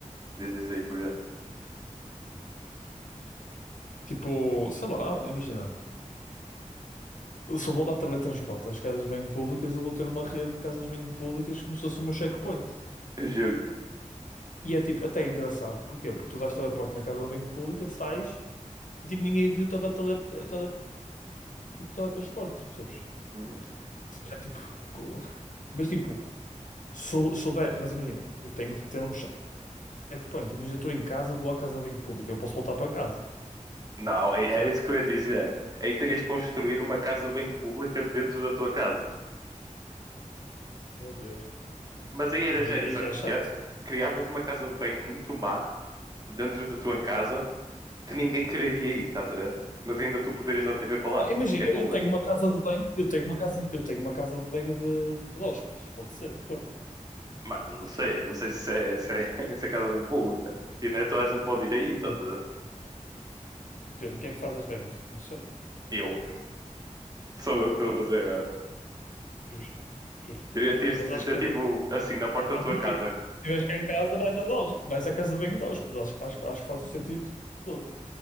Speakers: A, on the right; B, on the left.
A: Dizes aí, por exemplo.
B: Tipo, sei lá, imagina. Eu eu vou dar teletransporte às casas de banho públicas, eu vou ter uma rede de casas de banho públicas como se fosse o meu checkpoint.
A: <laughs> Juro.
B: E é tipo, até é engraçado. Porquê? Porque tu dás teleporte na casa de banho pública, sais e tipo, ninguém viu-te a dar tele, tele, tipo, teletransporte, percebes?
A: Uhum.
B: Ou seja, é tipo. co- Mas tipo, sou sou se mas imagina, eu tenho de ter um checkpoint. Imagina, eu estou em casa, vou à casa de banho pública, eu posso voltar para casa,
A: Não, é-
B: certo?
A: era isso que eu ia dizer. Aí terias que construir uma casa de banho pública dentro da tua casa.
B: Meu Deus.
A: Mas aí era
B: Aí,
A: gênio,
B: aí
A: sabes
B: já
A: porquê?
B: é chato.
A: Criavas uma casa de banho muito má dentro da tua casa que ninguém quereria ir, estás a ver? Mas ainda tu poderias dar TV para lá,
B: Ah,
A: porque
B: Imagina,
A: é público.
B: eu tenho uma casa de banho, eu tenho uma casa, eu tenho uma casa de banho de, de hóspedes, pode ser, conta.
A: Mas não sei, não sei se é, se é, <laughs> se é casa de banho pública. E não é toda a gente pode ir aí, estás
B: Hum,
A: a ver?
B: Depende, quem é que faz as regras? Não sei.
A: Eu,
B: Percebes?
A: sou eu que estou a fazer agora.
B: Justo, justo.
A: Teria- Terias
B: Mas
A: de
B: acho
A: dizer,
B: que
A: tipo, assim, na porta
B: pode
A: da tua casa.
B: vir. Se estiveres cá em casa, vais a hóspedes, vais à casa de banho de hóspedes. Acho, acho, acho que faz o sentido todo.